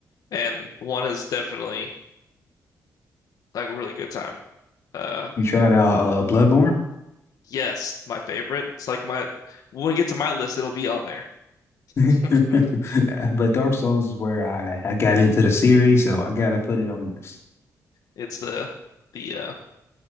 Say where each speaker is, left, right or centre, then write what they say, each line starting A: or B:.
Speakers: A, on the left; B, on the left.
A: and 1 is definitely like a really good time. Uh,
B: We tried out uh, Bloodborne,
A: yes, my favorite. It's like my when we get to my list, it'll be on there.
B: <laughs>
A: <laughs>
B: but Dark Souls is where I, I got into the series, so I gotta put it on the list.
A: It's the the uh